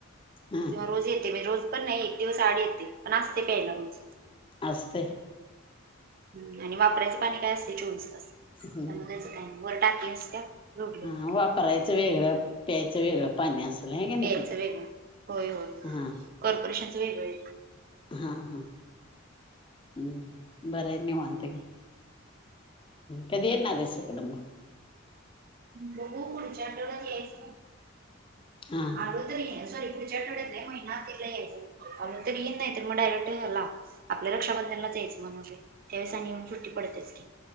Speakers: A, on the left; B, on the right.
A: हा
B: किंवा रोज येते म्हणजे रोज पण नाही एक दिवस आड येते पण असते प्यायला रोज
A: असस्ते.
B: हम् आणि वापरायचं पाणी काय असते चोवीस तास
A: हम्म
B: त्यामुळे त्याचं काय वर टाकी असत्या. जोडलेली
A: हा वापरायचं वेगळं प्यायचं वेगळं पाणी असल आहे का ना
B: प्यायचं
A: तिथं.
B: वेगळं. होय होय
A: हा
B: कॉर्पोरेशनच वेगळ.
A: हा हा हम्म बरय नव अंतगी कधी येणारेस इकडं.
B: बहु पुढच्या आठवड्यात यायच
A: हा
B: म्हणतोयून सॉरी इ सेटो देव ना तलायणं तियून दय तुही डयरक्टला आपल्या रक्षाबंधनला जायचं म्हणो त्यावेळेस आणि येऊन सुट्टी पडतेच की